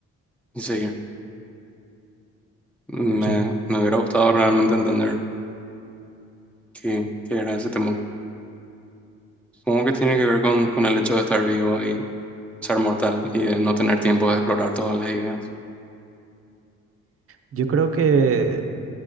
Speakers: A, in the centre; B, on the right.
A: y seguir. Me,
B: sí.
A: me hubiera gustado realmente entender qué, qué era ese temor. Supongo que tiene que ver con, con el hecho de estar vivo y ser mortal y de no tener tiempo de explorar todas las ideas.
B: Yo creo que